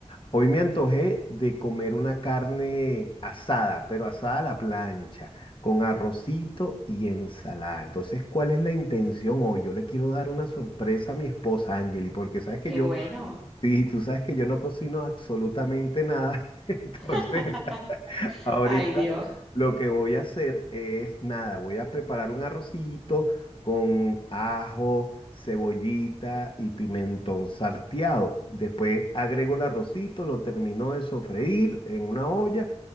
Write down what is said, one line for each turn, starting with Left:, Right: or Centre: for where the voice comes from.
Left: hoy me antojé de comer una carne asada, pero asada a la plancha, con arrocito y ensalada. Entonces, ¿cuál es la intención hoy? Yo le quiero dar una sorpresa a mi esposa, Angeli, porque sabes que
Centre: qué
Left: yo...
Centre: bueno.
Left: Sí, tú sabes que yo no cocino absolutamente nada, <laughs> entonces
Centre: <laughs>
Left: <laughs> ahorita
Centre: Ay Dios.
Left: lo que voy a hacer es nada, voy a preparar un arrocito con ajo, cebollita y pimentón salteado. Después agrego el arrocito, lo termino de sofreír en una olla